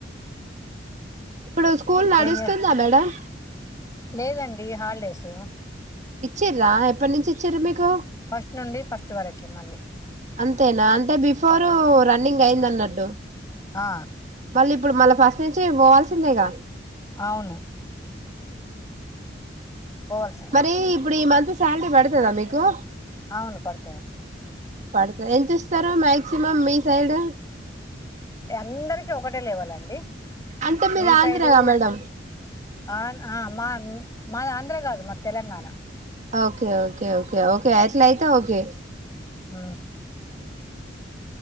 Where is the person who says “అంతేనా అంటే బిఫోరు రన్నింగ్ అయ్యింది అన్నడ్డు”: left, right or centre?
Right